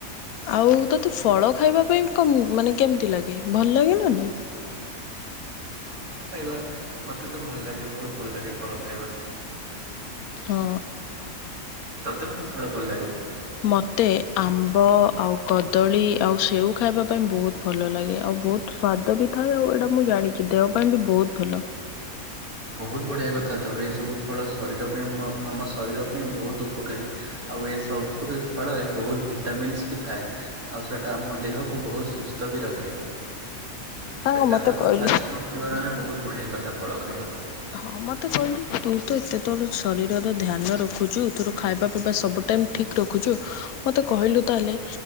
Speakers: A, on the left (about 85°); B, on the right (about 80°).
A: ଆଉ ତୋତେ ଫଳ ଖାଇବା ପାଇଁ କ ମାନେ କେମିତି ଲାଗେ? ଭଲ ଲାଗେନା ନାହିଁ?
B: ଫଳ ତ ଖାଇବା, ମତେ ତ ଭଲ ଲାଗେ। ବୋହୁତ୍ ଭଲ ଲାଗେ ଫଳ ଖାଇବା।
A: ହଁ।
B: ତତେ କୋଉ ଫଳ ଭଲ ଲାଗେ?
A: ମୋତେ ଆମ୍ବ ଆଉ, କଦଳୀ ଆଉ, ସେଓ ଖାଇବା ପାଇଁ ବୋହୁତ୍ ଭଲ ଲାଗେ। ଆଉ ବୋହୁତ୍ ସ୍ଵାଦ ବି ଥାଏ। ଆଉ ଏଇଟା ମୁଁ ଜାଣିଛି ଦେହ ପାଇଁ ବି ବୋହୁତ୍ ଭଲ।
B: ବୋହୁତ୍ ବଢ଼ିଆ କଥା ତ, ଏସବୁ ଫଳ ଶରୀର ପାଇଁ ଆମ ଶରୀର ପାଇଁ ବୋହୁତ୍ ଉପକାରୀ। ଆଉ ଏ ସବୁରି ଫଳରେ ବୋହୁତ୍ ଭିଟାମିନ୍ସ ବି ଥାଏ। ଆଉ ସେଟା ଆମ ଦେହକୁ ବୋହୁତ୍ ସୁସ୍ଥ ବି ରଖେ।
A: ସାଙ୍ଗ
B: ସେଟା
A: ମୋତେ
B: ତ ତ
A: କହିଲୁ
B: ଫାଷ୍ଟ ଗୋଟେ ତୁଳନାରେ ବୋହୁତ୍ ବଢିଆ କଥା ଫଳ ଖାଇବା।
A: ହଁ ମତେ କହିଲୁ ତୁ ତ ଏତେ ତୋର ଶରୀରର ଧ୍ୟାନ ରଖୁଛୁ। ତୋର ଖାଇବା ପିଇବା ସବୁ ଟାଇମ୍ ଠିକ୍ ରଖୁଛୁ, ମୋତେ କହିଲୁ ତାହେଲେ